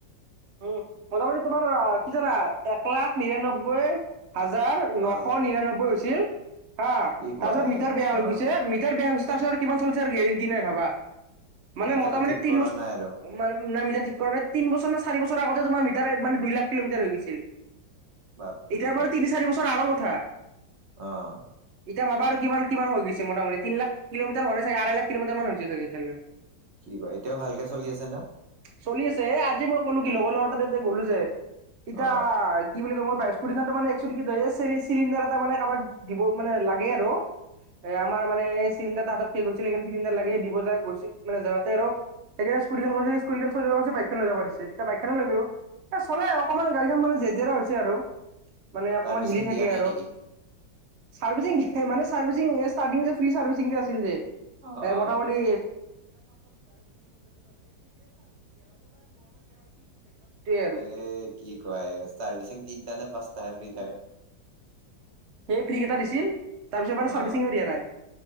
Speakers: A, on the right; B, on the right.
A: উম, মোটামুটি তোমাৰ কি জানা? এক লাখ নিৰান্নব্বৈ হাজাৰ নশ
B: অ
A: নিৰান্নব্বৈ হৈছিল হা,
B: কি কোৱা
A: তাৰপিছত মিটাৰ
B: এ
A: বেয়া হৈ
B: অ
A: গৈছে মি টাৰ বেয়া হৈছে তাৰপিছত আৰু কিমান চলিছে আৰু গেৰেণ্টি নাই ভাবা, মানে
B: মিটাৰটো
A: মোটামুটি
B: ঠিক
A: তিন
B: কৰা
A: বছৰ
B: নাই আৰু
A: মানে নামিজা ঠিক কৰা তিন বছৰ নে চাৰি বছৰ আগতে তোমাৰ মিটাৰে মানে দুই লাখ কিলোমিটাৰ হৈ গৈছিল।
B: বাপৰে
A: এতিয়াৰ পৰা তিনি চাৰি বছৰ আগৰ কথা।
B: অ'।
A: এতিয়া ভাবা আৰু কিমান কিমান হৈ গৈছে মোটামটি তিন লাখ কিলোমিটাৰ হোৱা নাই চাগে, আঢ়ৈ লাখ কিলোমিটাৰ মান হৈছে চাগে এতিয়ালৈ।
B: কি কয়? এতিয়াও ভালকে চলি আছে ন?
A: চলি আছে এ আজি মই ক'লো কি লগৰ লৰা তাতে যে গ'লো যে, তেতিয়া
B: অ
A: কি বুলি ক'ম অ' পায়? স্কুটীখনটো মানে এক্সুৱেলি কি যে এ, চেৰি-চিলিণ্ডাৰ এটা মানে আমাক দিব মানে লাগে আৰু।
B: <inaudible>
A: এ আমাৰ মানে চিলিণ্ডাৰ তাহাঁতৰ শেখ গৈছিল সেই কাৰণে চিলিণ্ডাৰ লাগে দিব যায় গৈছিল মানেযাওঁতে আৰু <unintelligible> বাইকখন লৈ যাব দিছে। টা বাইকখনে লৈ গলো। এ চলে অকনমান গাড়ীখন মানে জে জীয়াৰ' হৈছে আৰু। মানে অকমান
B: চাৰ্ভিচিং
A: হিলি
B: দিয়া
A: থাকে
B: নাই
A: আৰু।
B: নেকি
A: চাৰ্ভিচিং <unintelligible> মানে চাৰ্ভিচিং ষ্টাৰ্টিং যে ফ্ৰি চাৰ্ভিচিং যে আছিল যে।
B: অ
A: এ
B: অ
A: মোটামুটি <unintelligible>
B: এ কি কয়? চাৰ্ভিচিং তিনটা নে পাঁচটাহে ফ্ৰী থাকে।
A: সেই ফ্ৰী কেইটা দিছিল। তাৰ পিছৰ পৰা
B: অ
A: চাৰ্ভিচিংও দিয়া নাই।